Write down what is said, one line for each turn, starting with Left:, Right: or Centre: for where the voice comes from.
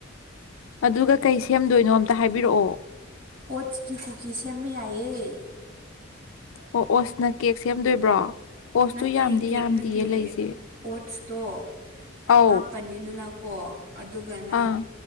Left: ꯑꯗꯨꯒ ꯀꯩ ꯁꯦꯝꯗꯣꯏꯅꯣ ꯑꯝꯇ ꯍꯥꯏꯕꯤꯔꯛꯑꯣ
Right: ꯑꯣꯠꯁꯀꯤ ꯀꯨꯀꯤꯁ ꯁꯦꯝꯕ ꯌꯥꯏꯌꯦ
Left: ꯑꯣ ꯑꯣꯁꯅ ꯀꯦꯛ ꯁꯦꯝꯗꯣꯏꯕ꯭ꯔꯣ ꯑꯣꯁꯇꯨ
Right: ꯅꯠꯇꯦ
Left: ꯌꯥꯝꯗꯤ
Right: ꯀꯦꯛ
Left: ꯌꯥꯝꯗꯤꯌꯦ
Right: ꯅꯠꯇꯦ
Left: ꯂꯩꯁꯦ
Right: ꯑꯣꯠꯁꯇꯣ
Left: ꯑꯧ
Right: ꯍꯥꯞꯄꯅꯤꯗꯅ ꯀꯣ ꯑꯗꯨꯒ ꯅꯪ
Left: ꯑꯥ